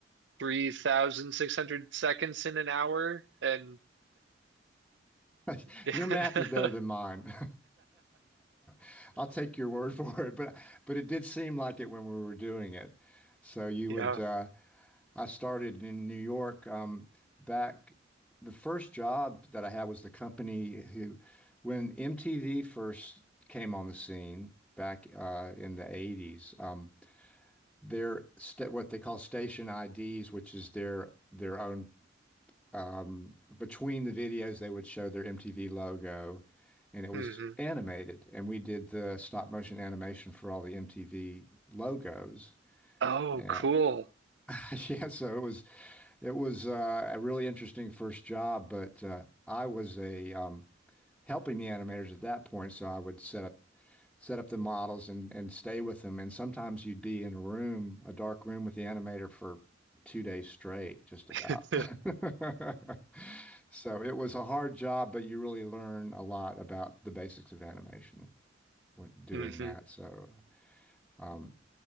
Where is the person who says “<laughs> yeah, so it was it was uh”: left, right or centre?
Centre